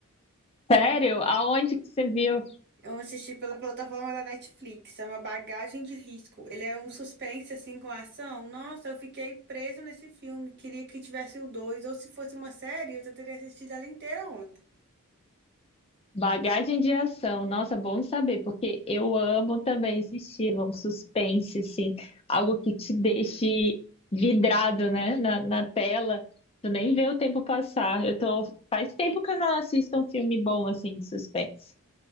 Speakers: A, on the left; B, on the right.
A: Sério? Aonde que você viu?
B: Eu assisti pela plataforma da Netflix, chama Bagagem de Risco. Ele é um suspense assim com ação. Nossa, eu fiquei presa nesse filme. Queria que tivesse o dois, ou se fosse uma série, eu já teria assistido ela inteira ontem.
A: Bagagem de ação. Nossa, bom saber, porque eu amo também esse estilo, um suspense, assim, algo que te deixe vidrado, né, na, na tela. Tu nem vê o tempo passar. Eu tô... Faz tempo que eu não assisto um filme bom, assim, de suspense.